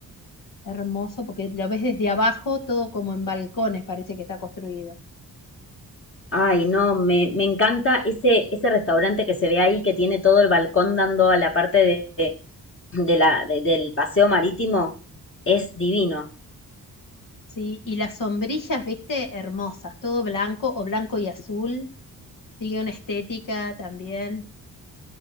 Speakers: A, on the left; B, on the left.
A: hermoso, porque lo ves desde abajo, todo como en balcones parece que está construido.
B: Ay, no, me, me encanta ese, ese restaurante que se ve ahí, que tiene todo el balcón dando a la parte de, de la, de- del paseo marítimo. Es divino.
A: Sí, y las sombrillas, viste, hermosas, todo blanco o blanco y azul, sigue una estética también